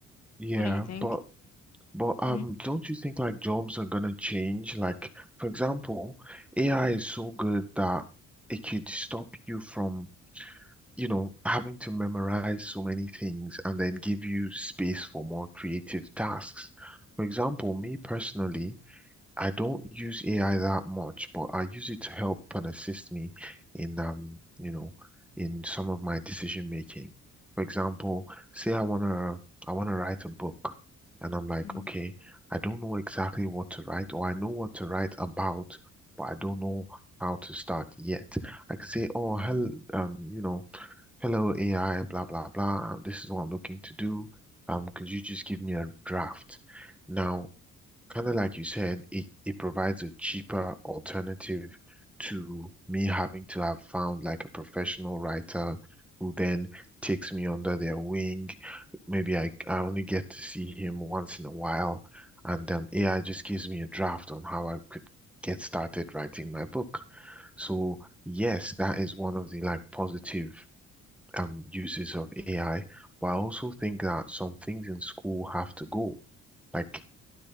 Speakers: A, in the centre; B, on the left.
A: Yeah,
B: What do you think?
A: but but um,
B: hmm
A: don't you think like jobs are gonna change? Like, for example, AI is so good that it could stop you from, you know, having to memorize so many things and then give you space for more creative tasks. For example, me personally, I don't use AI that much, but I use it to help and assist me in um, you know, in some of my decision making. For example, say I wanna I wanna write a book and I'm like,
B: mm
A: okay, I don't know exactly what to write, or I know what to write about, but I don't know how to start yet. I can say, oh,
B: mm
A: hell, um, you know, hello AI, blah blah blah. This is what I'm looking to do. Um, could you just give me a draft? Now, Kind of like you said, it, it provides a cheaper alternative to me having to have found like a professional writer who then takes me under their wing. Maybe I, I only get to see him once in a while, and um, AI just gives me a draft on how I could get started writing my book. So yes, that is one of the like positive um uses of AI, but I also think that some things in school have to go. Like